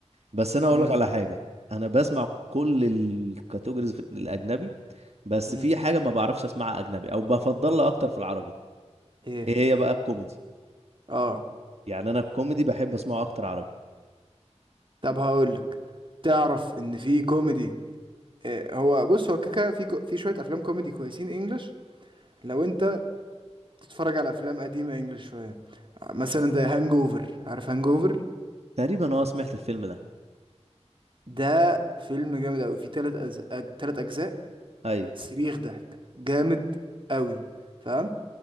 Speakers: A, on the right; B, on the right.
A: بس انا هقول
B: امم
A: لك على حاجه انا بسمع كل الكاتيجوريز في الاجنبي بس
B: امم
A: في حاجه ما بعرفش اسمعها اجنبي او بفضلها اكتر في العربي
B: ايه
A: ايه هي بقى الكوميدي
B: اه
A: يعني انا الكوميدي بحب اسمعه اكتر عربي
B: طب هقول لك تعرف ان في كوميدي إيه هو بص هو كيكا في كو... في شويه افلام كوميدي كويسين انجلش لو انت تتفرج على افلام قديمه انجلش شويه آه، مثلا ذا هانج اوفر عارف هانج اوفر
A: تقريبا اه سمعت الفيلم ده
B: ده فيلم جامد قوي فيه تلات أز... أج... تلات اجزاء
A: ايوه
B: صريخ ضحك جامد قوي فاهم؟